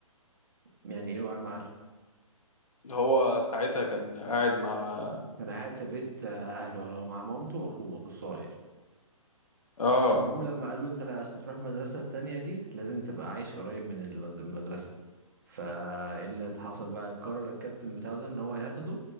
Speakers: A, on the right; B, on the left.
A: يعني ايه وقعد مع أهله.
B: هو ساعتها كان قاعد مع
A: كان قاعد في بيت آه، اهله ولا هو مع مامته واخوه اخوه الصغير
B: اه
A: فالمهم لما قال له انت لا- عشان تروح المدرسة التانية دي لازم تبقى عايش قريب من المد- المدرسة فايه اللي حصل بقى قرر الكابتن بتاعه ده ان هو ياخده